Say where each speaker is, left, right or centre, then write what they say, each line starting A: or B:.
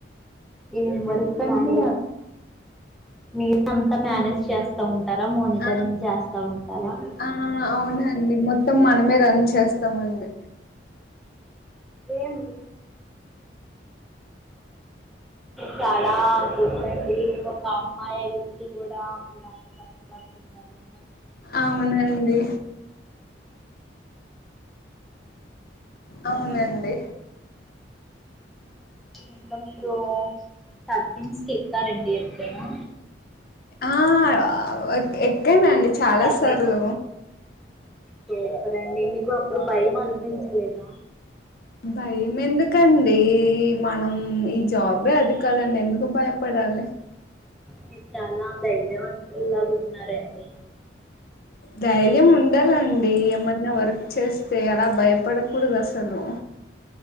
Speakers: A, in the centre; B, on the left.
A: ఏం వర్క్ అడి మీరు అంతా మేనేజ్ చేస్తా ఉంట టారా మనిటరింగ్
B: ఆ
A: చేస్తా ఉంటారా
B: ఆ అవునండి మొత్తం మనమే రన్ చేస్తామండి
A: ఏమి చాలా కూర్చండి ఒక అమ్మాయి ఉండి కూడా మీరు అంత కష్టపడుతుారు <inaudible>
B: అవునండి అవునండి
A: ఇంకా మీరు టర్పిన్స్కి ఎతారండి ఎప్పుడైనా
B: ఆ ఒక ఎక్కెనండి చాలా
A: టర్బిన్స్
B: సార్లు
A: సూపర్ అండి మీకు అప్పుడు భయం అనిపించలేదా
B: భయం ఎందుకండి మనం ఈ జాబే అది కదండి ఎందుకు భయపడాలి
A: మీరు చాలా ధైర్యవంతులాగా ఉన్నారండి
B: ధైర్యం ఉన్న <unintelligible> ఏమన్నా వర్క్ చేస్తే అలా భయపడ కుడదు అసలు